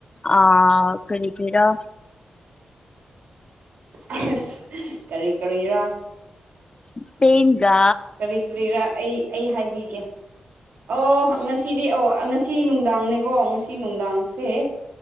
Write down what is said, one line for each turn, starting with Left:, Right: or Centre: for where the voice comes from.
Left: ꯑꯥ ꯀꯔꯤ ꯀ꯭ꯔꯤꯔ
Right: ꯑꯍꯦꯁ ꯀꯔꯤ ꯀꯔꯤꯔꯥ
Left: ꯏꯁꯄꯦꯟꯒ
Right: ꯀꯔꯤ ꯀꯔꯤꯔꯥ ꯑꯩ ꯑꯩ ꯍꯥꯏꯕꯤꯒꯦ ꯑꯣ ꯉꯁꯤꯗꯤ ꯑꯣ ꯉꯥꯁꯤ ꯇꯤ ꯅꯨꯡꯗꯥꯡꯅꯦꯀꯣ ꯉꯁꯤ ꯅꯨꯡꯗꯥꯡꯁꯦ